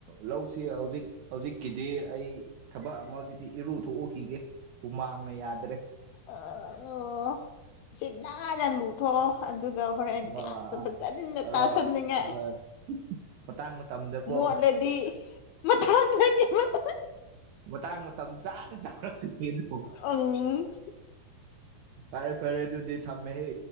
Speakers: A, on the right; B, on the left.
A: ꯂꯧꯁꯤ ꯍꯧꯖꯤꯛ ꯍꯧꯖꯤꯛꯀꯤꯗꯤ ꯑꯩ ꯊꯕꯛ ꯑꯃ ꯍꯧꯖꯤꯛꯇꯤ ꯏꯔꯨ ꯊꯣꯛꯎꯈꯤꯒꯦ ꯍꯨꯃꯥꯡꯅ ꯌꯥꯗ꯭ꯔꯦ
B: ꯑꯥ ꯁꯤꯠꯅꯥꯟꯅ ꯂꯨ ꯊꯣꯛ ꯑꯗꯨꯒ ꯍꯣꯔꯦꯟ ꯀ꯭ꯂꯥꯁꯇ
A: ꯑꯥ
B: ꯐꯥꯖꯟꯅ
A: ꯑꯥ
B: ꯇꯥꯁꯟꯅꯤꯡꯉꯥꯏ
A: ꯍꯣꯏ ꯃꯇꯥꯡ ꯃꯇꯝꯗꯀꯣ
B: ꯃꯣꯠꯂꯗꯤ ꯃꯊꯥꯡ ꯅꯪꯒꯤ ꯃꯊꯪ
A: ꯃꯇꯥꯡ ꯃꯇꯝ ꯆꯥꯅ ꯇꯧꯔꯛꯄꯤ ꯑꯗꯨ
B: ꯑꯪ
A: ꯐꯔꯦ ꯐꯔꯦ ꯑꯗꯨꯨꯗꯤ ꯊꯝꯃꯦ ꯍꯦ